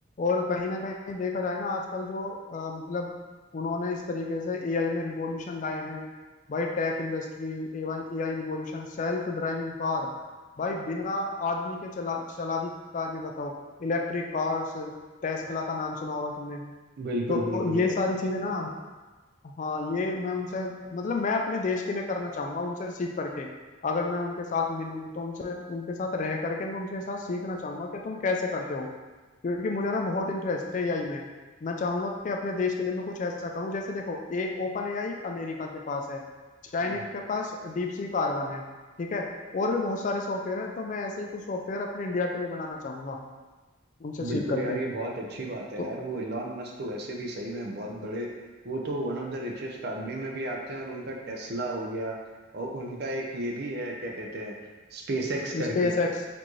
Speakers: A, on the left (about 35°); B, on the right (about 50°).
A: और कहीं ना कहीं देखा जाए ना आजकल जो अ, मतलब उन्होंने इस तरीके से एआई में रिवॉल्यूशन लाए हैं भाई tech industry AI AI revolution self driving car भाई बिना आदमी के चला चला दी कार भी बताओ इलेक्ट्रिक कार्स टेस्ला का नाम सुना होगा तुमने
B: बिल्कुल
A: तो
B: बिल्कुल यार
A: ये सारी चीजें ना हाँ ये मैं उनसे मतलब मैं अपने देश के लिए करना चाहूंगा उनसे सीख करके अगर मैं उनके साथ मिलूं तो उनसे उनके साथ रह करके मैं उनके साथ सीखना चाहूंगा कि तुम कैसे करते हो क्योंकि मुझे ना बहुत इंटरेस्ट है एआई में मैं चाहूंगा कि अपने देश के लिए मैं कुछ ऐसा कहूँ जैसे देखो ए ओपन एआई अमेरिका के पास है चाइना
B: हम्म।
A: के पास डीप सी कार्बन है ठीक है और भी बहुत सारे सॉफ्टवेयर है तो मैं ऐसे ही कुछ सॉफ्टवेयर अपने इंडिया के लिए बनाना चाहूंगा उनसे सीख
B: बिल्कुल
A: करके
B: यार ये बहुत अच्छी बात है
A: तो
B: यार वो एलॉन मस्क तो वैसे भी सही में बहुत बड़े वो तो वन ऑफ द रिचेस्ट आदमी में भी आते हैं और उनका टेस्ला हो गया और उनका एक ये भी है क्या कहते हैं स्पेस एक्स करके
A: स्पेस एक्स